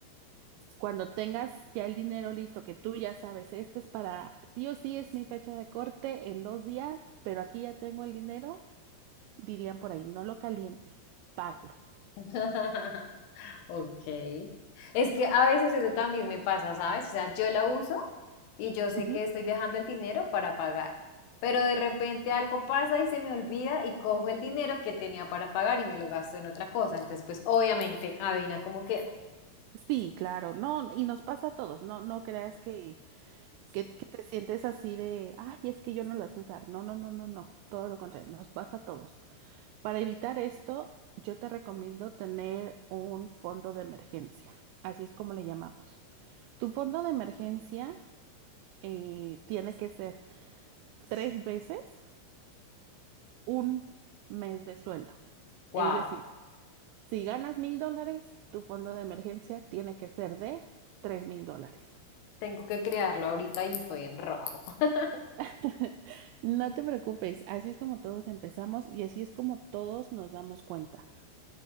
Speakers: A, on the right; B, on the left.
A: Cuando tengas ya el dinero listo, que tú ya sabes, este es para, sí o sí es mi fecha de corte en dos días, pero aquí ya tengo el dinero, dirían por ahí, no lo calientes, págalo.
B: <laughs> Ok. Es que a veces eso también me pasa, ¿sabes? O sea, yo la uso y yo sé
A: Ujú.
B: que estoy dejando el dinero para pagar, pero de repente algo pasa y se me olvida y cojo el dinero que tenía para pagar y me lo gasto en otra cosa. Entonces, pues obviamente, adivina cómo quedo.
A: Sí, claro, no, y nos pasa a todos, no, no creas que Que, que te sientes así de, ay, es que yo no la sé usar. No, no, no, no, no. Todo lo contrario, nos pasa a todos. Para evitar esto, yo te recomiendo tener un fondo de emergencia. Así es como le llamamos. Tu fondo de emergencia eh, tiene que ser tres veces un mes de sueldo.
B: Wow,
A: Es decir, si ganas mil dólares, tu fondo de emergencia tiene que ser de tres mil dólares.
B: tengo que crearlo ahorita y estoy en rojo. <laughs>
A: <laughs> No te preocupes, así es como todos empezamos y así es como todos nos damos cuenta.